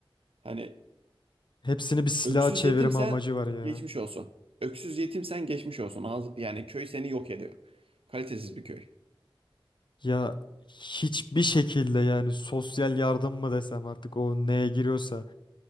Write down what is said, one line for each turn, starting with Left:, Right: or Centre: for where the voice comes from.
Right: Hani
Left: Hepsini bir silah
Right: öksüz
Left: çevirme
Right: yetimsen
Left: amacı var ya.
Right: geçmiş olsun. Öksüz yetimsen geçmiş olsun. Az- Yani köy seni yok ediyor. Kalitesiz bir köy.
Left: Ya hiçbir şekilde yani sosyal yardım mı desem artık o neye giriyorsa.